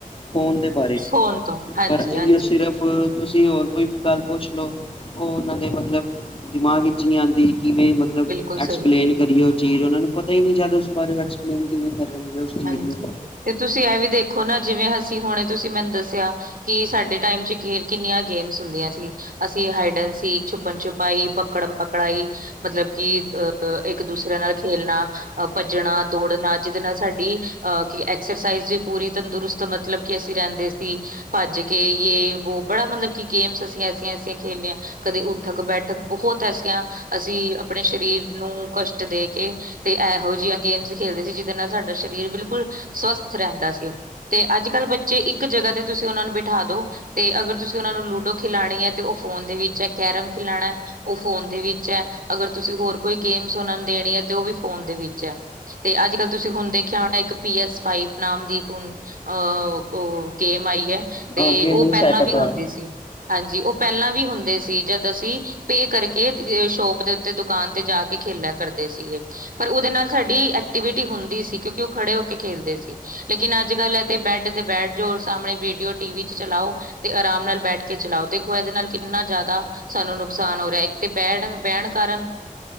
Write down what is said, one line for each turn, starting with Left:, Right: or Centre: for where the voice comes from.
Left: ਫੋਨ ਦੇ ਬਾਰੇ
Right: ਫੋਨ ਤੋਂ ਹਾਂਜੀ,
Left: ਪਰ ਆਈ
Right: ਹਾਂਜੀ
Left: ਓ ਸਿਰਫ ਪਰ ਤੁਸੀਂ ਹੋਰ ਕੋਈ ਗੱਲ ਪੁੱਛ ਲਓ ਉਹ ਉਹਨਾਂ ਦੇ ਮਤਲਬ ਦਿਮਾਗ ਵਿੱਚ ਨੀ ਆਉਂਦੀ ਕਿਵੇਂ ਮਤ ਮਤਲਬ
Right: ਬਿਲਕੁਲ
Left: ਐਕਸਪਲੇਨ
Right: ਸਹੀ।
Left: ਕਰਿਓ ਚੀਜ਼ ਉਹਨਾਂ ਨੂੰ ਪਤਾ ਹੀ ਨਹੀਂ ਜਿਆਦਾ ਉਸ ਬਾਰੇ ਐਕਸਪਲੇਨ ਕਿਵੇਂ ਕਰਨਗੇ ਉਸ ਚੀਜ਼
Right: ਹਾਂਜੀ
Left: ਨੂੰ।
Right: ਤੇ ਤੁਸੀਂ ਇਹ ਵੀ ਦੇਖੋ ਨਾ ਜਿਵੇਂ ਅਸੀਂ ਹੁਣ ਤੁਸੀਂ ਮੈਨੂੰ ਦੱਸਿਆ। ਕਿ ਸਾਡੇ ਟਾਈਮ ਚ ਗੇਰ ਕਿੰਨੀਆਂ ਗੇਮਸ ਹੁੰਦੀਆਂ ਸੀ। ਅਸੀਂ ਹਾਈਡਨ ਸੀ, ਛੁਪਣ-ਛੁਪਾਈ, ਪਕੜਨ ਪਕੜਾਈ ਮਤਲਬ ਕਿ ਅ ਅ ਇੱਕ ਦੂਸਰੇ ਨਾਲ ਖੇਲਣਾ। ਅ ਭੱਜਣਾ, ਦੌੜਨਾ ਜਿਦੇ ਨਾਲ ਸਾ ਡੀ ਅ ਕਿ ਐਕਸਰਸਾਈਜ਼ ਵੀ ਪੂਰੀ, ਤੰਦਰੁਸਤ ਮਤਲਬ ਕਿ ਅਸੀਂ ਰੈਂਦੇ ਸੀ। ਭੱਜ ਕੇ ਯੇ ਵੋ ਬੜਾ ਮਤਲਬ ਕੀ ਗੇਮਸ ਅਸੀਂ ਐਸੀਆਂ, ਐਸੀਆਂ ਖੇਲੀਆਂ। ਕਦੇ ਉੱਠਕ-ਬੈਠਕ ਬਹੁਤ ਐਸੀਆਂ ਅਸੀਂ ਆਪਣੇ ਸਰੀਰ ਨੂੰ ਕਸ਼ਟ ਦੇ ਕੇ ਤੇ ਏਹੋ ਜੀਆਂ ਗੇਮਸ ਖੇਡਦੇ ਸੀ, ਜਿਦੇ ਨਾਲ ਸਾਡੇ ਸਰੀਰ ਬਿਲਕੁਲ ਸਵਸਥ ਰੈਂਦਾ ਸੀ ਤੇ ਅੱਜ-ਕਲ ਬੱਚੇ ਇੱਕ ਜਗ੍ਹਾ ਤੇ ਤੁਸੀਂ ਓਨਾਂ ਨਾਂ ਨੂੰ ਬਿਠਾ ਦੋ ਤੇ ਅਗਰ ਤੁਸੀਂ ਓਨਾਂ ਨੂੰ ਖਿਲਾਣੀ ਐ ਤੇ ਓ ਫੋਨ ਦੇ ਵਿੱਚ ਐ, ਕੈਰਮ ਖਿਲਾਣਾ ਓ ਫੋਨ ਦੇ ਵਿੱਚ ਐ, ਅਗਰ ਤੁਸੀਂ ਹੋਰ ਕੋਈ ਗੇਮਸ ਓਨਾਂ ਨੂੰ ਦੇਣੀ ਐ ਤੇ ਓ ਵੀ ਫੋਨ ਦੇ ਵਿੱਚ ਐ। ਤੇ ਅੱਜ-ਕਲ ਤੁਸੀਂ ਹੁਣ ਦੇਖ ਖਿਆ ਹੁਣਾ ਇੱਕ ਪੀ ਐਸ ਫਾਈਵ ਨਾਮ ਦੀ ਹੁਣ ਅ ਓ ਗੇਮ ਆਈ ਐ।
Left: ਅ
Right: ਤੇ
Left: ਗੇਮਿੰਗ
Right: ਓ ਪੈਲਾਂ
Left: ਸੈਟਅਪ
Right: ਵੀ ਹੁੰਦੀ
Left: ਹੈ।
Right: ਸੀ। ਹਾਂਜੀ ਓ ਪੋਲਾਂ ਵੀ ਹੁੰਦੇ ਸੀ, ਜਦ ਅਸੀਂ ਪੇ ਕਰਕੇ ਸ਼ੋਪ ਦੇ ਉ ਤੇ ਦੁਕਾਨ ਤੇ ਜਾ ਕੇ ਖੇਲਿਆ ਕਰਦੇ ਸੀਗੇ। ਪਰ ਓਦੇ ਨਾਲ ਸਾਡੀ ਐਕਟੀਵਿਟੀ ਹੁੰਦੀ ਸੀ ਕਿਉਂ ਖੜੇ ਹੋ ਕੇ ਖੇਲਦੇ ਸੀ। ਲੇਕਿਨ ਅੱਜ-ਕਲ ਏ ਤੇ ਬੈੱਡ ਤੇ ਬੈਡ ਜੋ ਸਾਹਮਣੇ ਵੀਡੀਓ ਟੀ ਵੀ ਚ ਚਲਾਓ। ਤੇ ਆਰਾਮ ਨਾਲ ਬੈਠ ਕੇ ਚਲਾਓ। ਦੇਖੋ, ਏਦੇ ਨਾਲ ਕਿੰਨਾ ਜ਼ਿਆਦਾ ਸਾਨੂੰ ਨੁਕਸਾਨ ਹੋ ਰਿਆ। ਇੱਕ ਤੇ ਬੈਣ ਬਹਿਣ ਕਾਰਨ